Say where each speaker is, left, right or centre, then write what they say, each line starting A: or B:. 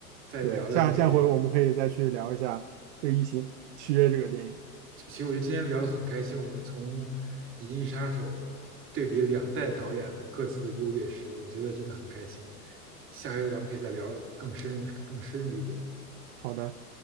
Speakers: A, on the right; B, on the right.
A: 再聊聊这个电影。
B: 对，下下回我们可以再去聊一下这个《异形契约》这个电影。
A: 其实我觉得今天聊的很开心，我们从《银翼杀手》对比两代导演的各自的优劣势，我觉得真的很开心。下回咱们可以再聊更深入、更深入一点。
B: 好的。